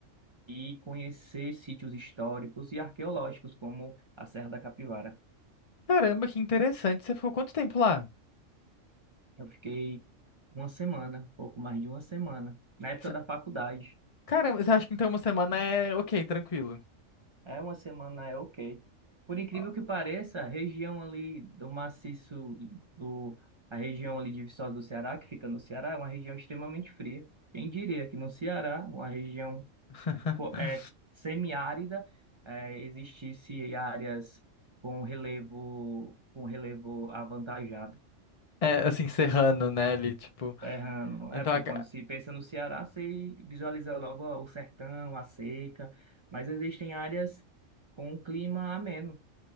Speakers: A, on the right (about 35°); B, on the left (about 65°).
A: e conhecer sítios históricos e arqueológicos, como a Serra da Capivara.
B: Caramba, que interessante. Você ficou quanto tempo lá?
A: Eu fiquei uma semana, pouco mais de uma semana, na época
B: Cê-
A: da faculdade.
B: Caramba, você acha que então uma semana é ok, tranquilo.
A: É, uma semana é ok. Por incrível
B: Ó,
A: que pareça, a região ali do maciço do a região ali de Viçosa do Ceará, que fica no Ceará, é uma região extremamente fria. Quem diria que no Ceará, uma região
B: <laughs>
A: co- é, semiárida, é, existisse áreas com relevo com relevo avantajado.
B: É, assim, serrano, né, ali, tipo.
A: Tá errando.
B: Então,
A: É porque
B: a ca-
A: quando se pensa no Ceará, se visualiza logo ó, o sertão, a seca, mas existem áreas com um clima ameno,